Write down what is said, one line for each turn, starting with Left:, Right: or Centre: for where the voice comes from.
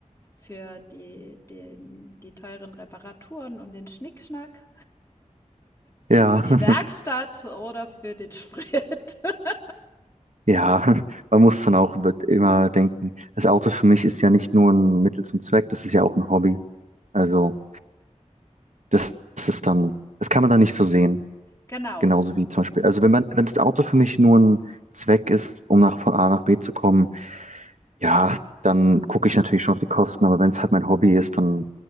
Left: für die den die teuren Reparaturen und den Schnickschnack
Right: Ja,
Left: und die Werkstatt
Right: <laughs>
Left: oder für den Sprit? <laughs>
Right: ja, man muss dann auch wird immer denken, das Auto für mich ist ja nicht nur ein Mittel zum Zweck, das ist ja auch ein Hobby. Also, das, das ist dann, das kann man dann nicht so sehen.
Left: Genau,
Right: Genauso wie zum Beispiel, also wenn man, wenn das Auto für mich nur ein Zweck ist, um nach, von A nach B zu kommen, Ja, dann gucke ich natürlich schon auf die Kosten, aber wenn es halt mein Hobby ist, dann